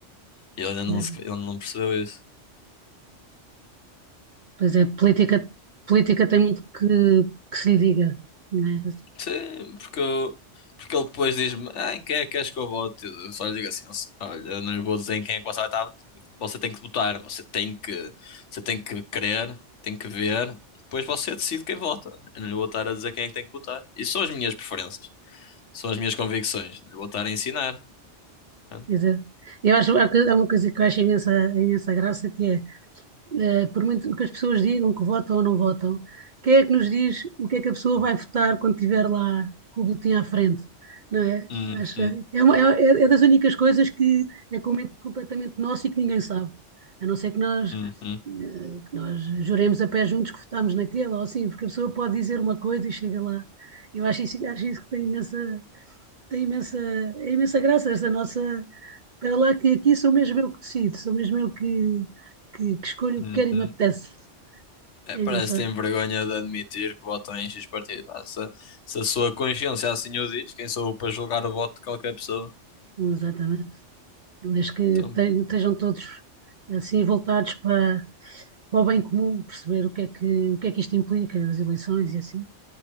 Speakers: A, on the left (about 75°); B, on the right (about 50°).
A: E ele ainda não,
B: eh,
A: se- ele não percebeu isso.
B: pois é, política, política tem muito que, que se lhe diga, não é?
A: Sim, porque, eu- porque ele depois diz-me, ah, em quem é que queres que eu vote? Eu só lhe digo assim, olha, eu não lhe vou dizer em quem é que você vai estar, você tem que votar, você tem que, você tem que querer, tem que ver, e depois você decide quem vota. Eu não lhe vou estar a dizer quem é que tem que votar. Isso são as minhas preferências, são as minhas convicções, não lhe vou estar a ensinar. Pronto.
B: Quer dizer, Eu acho há uma coisa que eu acho imensa, imensa graça, que é eh, por muito que as pessoas digam que votam ou não votam, quem é que nos diz o que é que a pessoa vai votar quando estiver lá com o boletim à frente, não é?
A: Uhum,
B: Acho- é, uma- é- é das únicas coisas que é com- completamente nosso e que ninguém sabe, a não ser que nós,
A: uhum,
B: eh, que nós juremos a pé juntos que votámos naquela ou assim, porque a pessoa pode dizer uma coisa e chega lá. Eu acho isso, acho isso que tem imensa, tem imensa, é imensa graça essa nossa para lá que aqui sou mesmo eu que decido, sou mesmo eu que, que, que escolho o
A: uhum.
B: que quero e me apetece.
A: É,
B: É
A: parece
B: engraçado.
A: que tem vergonha de admitir que votam em X partido. Ah, se, se a sua consciência assim o diz, quem sou eu para julgar o voto de qualquer pessoa?
B: Exatamente. Desde que
A: Então,
B: te- estejam todos assim voltados para, para o bem comum, perceber o que é que, o que é que isto implica, as eleições e assim,